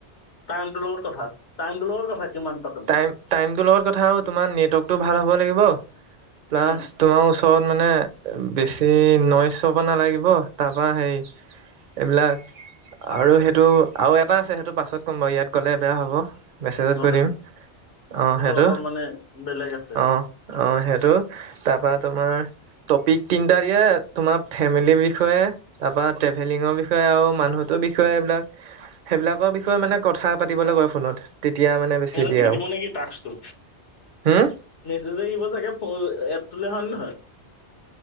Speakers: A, on the left (about 80°); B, on the right (about 50°).
A: টাইমটো লগত কথা টাইম টো লগত কথা কিমান পাতো
B: াই টাইমটোৰ লগত কথা তোমাৰ নেটৱৰ্কটো ভাল হ'ব লাগিব প্লাছ
A: উম
B: তোমাৰ ওচ চৰত মানে বেছি নৈচ চব নালাগিব তাৰপা হেৰি এইবিলাক আৰু সেইটো আৰু এটা আছে সেইটো পাছত ক'ম বাৰু ইয়াত ক'লে বেয়া হ'ব মেছেজত
A: ন
B: কৰি
A: সেইটো
B: দিম অ সেইটো
A: অলপ মানে বেলেগ আছে
B: অ আহ সেইটো তাৰপা তোমাৰ টপিক তিনটা দিয়ে তোমাৰ ফেমিলিৰ বিষয়ে তাৰ পৰা ট্ৰেভেলিঙৰ
A: উম
B: বিষয়ে আৰু মানুহৰ বিষয়ে এইবিলাক সেইবিলাকৰ বিষয়ে মানে কথা পাতিবলে কয় ফোনত তেতিয়া মানে বেছি
A: সিহঁততে
B: দিয়ে
A: দি
B: আৰু
A: দিব নেকি তাকছটো
B: হম
A: মেছেজ আহিব চাগে তলে হন নহয়